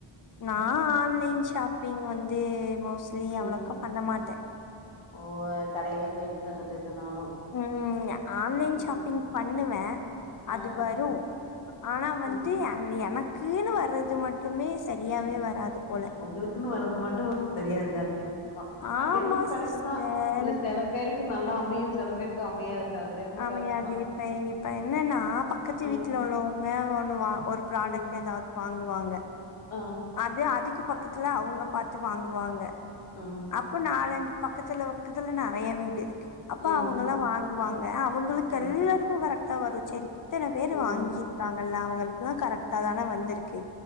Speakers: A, on the left; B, on the left.
A: நா ஆன்லைன் ஷாப்பிங் வந்து மோஸ்ட்லி
B: ம்
A: அவ்ளோக்கா பண்ண மாட்டே
B: ஓ கடையிலயே போய் எடுத்துட்றது எதுனாலு
A: ம் ஆன்லைன்
B: ம்
A: ஷாப்பிங் பண்ணுவே
B: ஆ ஆ
A: அது வரு ஆனா வந்து
B: ம்
A: எனக்குன்னு வர்றது மட்டுமே சரியாவே வராது போல
B: உங்களுக்குன்னு வர்றது மட்டு சரியா இருக்காது ஆமா
A: ஆமா
B: அது என்னமோ கரெக்ட்
A: சிஸ்டர்
B: தா இல்ல சில பேர்க்கு நல்லா அமையு சில பேர்க்கு அமையாது அது என்னமோ
A: ஆமையாது
B: கரெக்ட் தா
A: இப்ப இப்ப என்னன்னா பக்கத்து
B: ஆ
A: வீட்ல உள்ளவங்க ஒண்ணு வா ஒரு ப்ராடக்ட்
B: ம்
A: ஏதாவது வாங்குவாங்க
B: ஆ
A: அது அதுக்கு பக்கத்துல அவுங்க பாத்து வாங்குவாங்க
B: ம்
A: அப்போ நாலஞ்சு பக்கத்துல பக்கத்துல நெறைய வீடுருக்கு அப்ப
B: ம்
A: அவுங்கல்லா வாங்குவாங்க அவுங்களுக்கு
B: ம்
A: எல்லாருக்கு கரெக்ட்டா வரு சேரி இத்தன பேரு
B: ம்
A: வாங்கி ருக்காங்களா அவங்களுக்கெல்லா கரெக்டா தான வந்திருக்கு